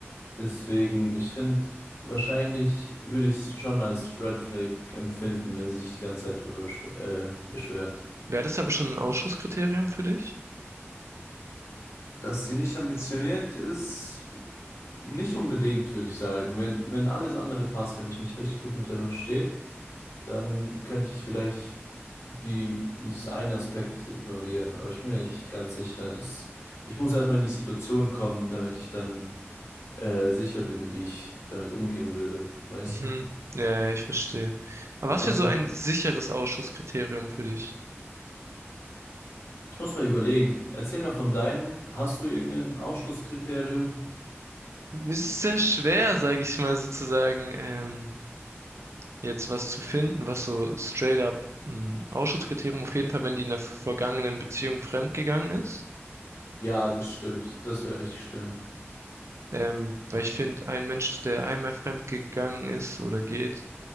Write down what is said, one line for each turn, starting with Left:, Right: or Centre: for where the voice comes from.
Left: Deswegen, ich finde, wahrscheinlich würde ich es schon als Red Flag empfinden, wenn sie sich die ganze Zeit drüber beschw- äh, beschwert.
Right: Wäre das aber schon ein Ausschlusskriterium für dich?
Left: Dass sie nicht ambitioniert ist, nicht unbedingt, würde ich sagen. Wenn, wenn alles andere passt, wenn ich mich richtig gut mit der verstehe, dann könnte ich vielleicht die, dieses einen Aspekt ignorieren. Aber ich bin mir nicht ganz sicher. Es, ich muss erstmal in die Situation kommen, damit ich dann äh, sicher bin, wie ich damit umgehen würde. Weißt
Right: Mhm.
Left: du?
Right: Ja, ich verstehe. Aber was
Left: Was
Right: für so
Left: wär?
Right: ein sicheres Ausschlusskriterium für dich?
Left: Ich muss mal überlegen. Erzähl mal von deinen. Hast du irgendein Ausschlusskriterium?
Right: Es ist sehr schwer, sage ich mal sozusagen, ähm, jetzt was zu finden, was so straight up ein Ausschlusskriterium, auf jeden Fall, wenn die in der vergangenen Beziehung fremdgegangen ist.
Left: Ja, das stimmt. Das wäre richtig schlimm.
Right: Ähm, weil ich finde, ein Mensch, der einmal fremd gegangen ist oder geht,